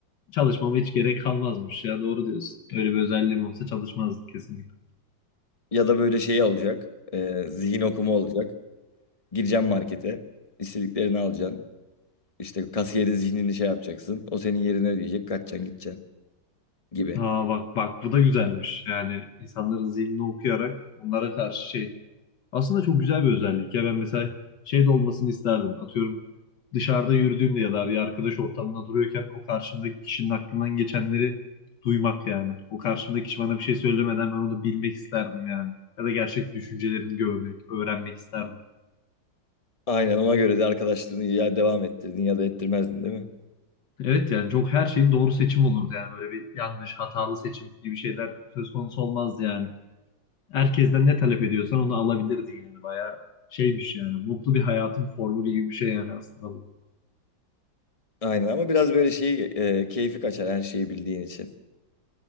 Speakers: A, on the left; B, on the left.
A: Çalışmama hiç gerek kalmazmış ya doğru diyorsun. Öyle bir özelliğim olsa çalışmazdık kesinlikle.
B: Ya da böyle şeyi alacak. e, zihin okuma olacak. Gireceksin markete. istediklerini alacaksın. İşte kasiyerin zihnini şey yapacaksın. O senin yerine ödeyecek. Kaçacaksın gideceksin gibi.
A: Ha bak bak bu da güzelmiş. Yani insanların zihnini okuyarak onlara karşı şey. Aslında çok güzel bir özellik ya ben mesela şey de olmasını isterdim. Atıyorum dışarıda yürüdüğümde ya da bir arkadaş ortamında duruyorken o karşımdaki kişinin aklından geçenleri duymak yani. O karşımdaki kişi bana bir şey söylemeden ben onu bilmek isterdim yani. Ya da gerçek düşüncelerini görmek, öğrenmek isterdim.
B: Aynen ona göre de arkadaşlığını ya devam ettirdin ya da ettirmezdin değil mi?
A: Evet yani çok her şeyin doğru seçim olurdu yani böyle bir yanlış hatalı seçim gibi şeyler söz konusu olmazdı yani. Herkesten ne talep ediyorsan onu alabilirdin yani bayağı şeymiş yani mutlu bir hayatın formülü gibi bir şey yani aslında bu.
B: Aynen ama biraz böyle şeyi e, keyfi kaçar her şeyi bildiğin için.